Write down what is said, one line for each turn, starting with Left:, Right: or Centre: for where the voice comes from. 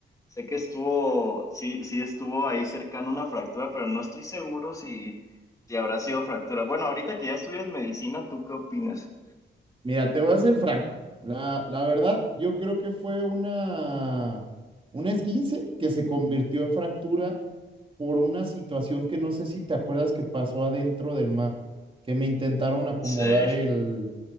Left: sé que estuvo, sí, sí estuvo ahí cercano una fractura, pero no estoy seguro si, si habrá sido fractura. Bueno, ahorita que ya estudias medicina, ¿tú qué opinas?
Right: Mira, te voy a ser franco. La, la verdad, yo creo que fue una, una esguince que se convirtió en fractura por una situación que no sé si te acuerdas que pasó adentro del mar, que me intentaron acomodar
Left: Sí.
Right: el,